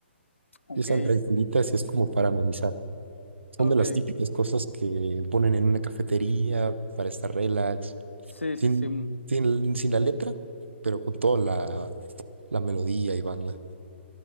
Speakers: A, on the left; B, on the right.
A: ok,
B: Y Están tranquilitas y es como para amenizar. Son
A: ok,
B: de las típicas cosas que ponen en una cafetería para estar relax
A: sí,
B: Sin,
A: sí, sí, mm,
B: sin, sin la letra, pero con toda la, la melodía y banda.